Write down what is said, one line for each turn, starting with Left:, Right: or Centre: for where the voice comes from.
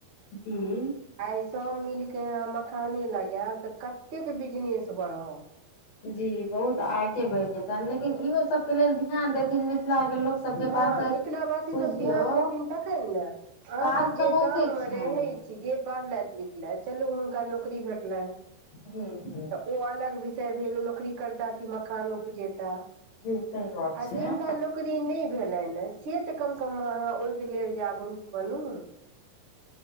Left: जी
Right: आइ सब मिलके मखाने लगायएब तऽ कतेक बिजनेस बढ़त
Left: जी बहुत आगे बढ़ि जेतनि लेकिन इहो सबके लेल ध्यान देथिन मिथिला के लोक सबके
Right: हँ
Left: पास तऽ
Right: मिथिल वासी
Left: बुझियौ
Right: सब ध्यान देथिन तखन ने अहाँसभ
Left: काज
Right: जे
Left: तऽ बहुते
Right: गाम मे
Left: छनि
Right: रहै छी जे पढ़लन लिखलेथ चलू हुनका नौकरी भेटलनि
Left: जी जी
Right: त ओ अलग भेल नौकरी करता कि मखान उपजेता
Left: जी सही गप
Right: आ
Left: छै
Right: जिनका नौकरी नहि भेलै ने से तऽ कम स कम ओहिके लेल जागरूक बनू